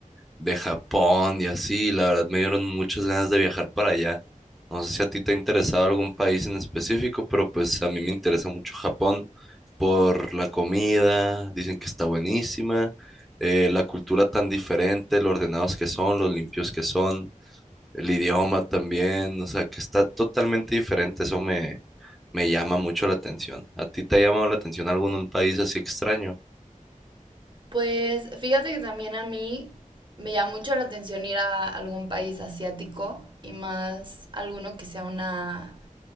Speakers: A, in the centre; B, on the right.
A: de Japón y así. y La verdad me dieron muchas ganas de viajar para allá. No sé si a ti te ha interesado algún país en específico, pero pues a mí me interesa mucho Japón por la comida. Dicen que está buenísima, eh, la cultura tan diferente, lo ordenados que son, los limpios que son. el idioma también, o sea, que está totalmente diferente, eso me, me llama mucho la atención. ¿A ti te ha llamado la atención algún país así extraño?
B: Pues fíjate que también a mí me llama mucho la atención ir a algún país asiático y más alguno que sea una,